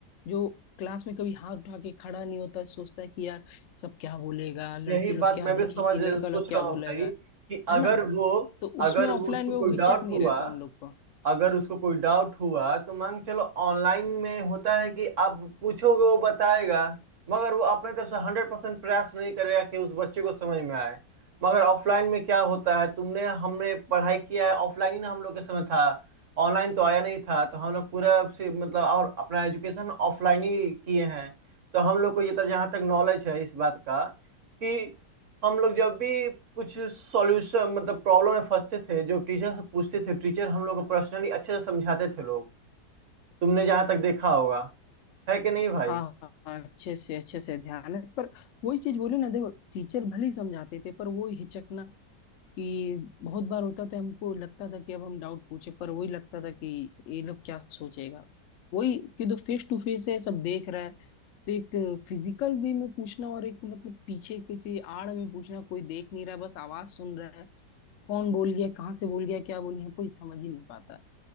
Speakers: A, on the left; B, on the right.
A: जो क्लास में कभी हाथ उठा के खड़ा नहीं होता सोचता है कि यार सब क्या बोलेगा लड़की
B: यही
A: लोग
B: बात
A: क्या
B: मैं भी
A: देखेंगी
B: समझ
A: लड़का लोग
B: सोच
A: क्या
B: रहा हूँ
A: बोलेगा
B: भाई कि अगर
A: है ना
B: वो
A: तो
B: अगर
A: उसमें ऑफलाइन
B: वो उसको
A: में
B: कोई
A: वो हिचक
B: डाउट
A: नहीं
B: हुआ
A: रहता उन लोग को
B: अगर उसको कोई डाउट हुआ तो मान के चलो ऑनलाइन में होता है कि आप पूछोगे वो बताएगा मगर वो अपने तरफ से हंड्रेड परसेंट प्रयास नहीं करेगा कि उस बच्चे को समझ में आए मगर ऑफलाइन में क्या होता है तुमने हमने पढ़ाई किया है ऑफलाइन ही ना हम लोग के समय था ऑनलाइन तो आया नहीं था तो हम लोग पूरा से मतलब और अपना एजुकेशन ऑफलाइन ही किए हैं तो हम लोग को ये तक जहाँ तक नॉलेज है इस बात का कि हम लोग जब भी कुछ सॉल्यूशन मतलब प्रॉब्लम में फंसते थे जो टीचर से पूछते थे टीचर हम लोग को पर्सनली अच्छे से समझाते थे लोग तुमने जहाँ तक देखा होगा है कि नहीं भाई
A: हाँ हाँ हाँ, अच्छे से अच्छे से ध्यान है पर वही चीज बोले ना देखो टीचर भले ही समझाते थे पर वो हिचकना कि बहुत बार होता था हमको लगता था कि अब हम डाउट पूछे पर वही लगता था कि ये लोग क्या सोचेगा वही कि तो फेस टू फेस है सब देख रहा है तो एक फिजिकल वे में पूछना और एक मतलब पीछे किसी आड़ में पूछना कोई देख नहीं रहा बस आवाज सुन रहा है कौन बोल गया कहाँ से बोल गया क्या बोल गया कोई समझ ही नहीं पाता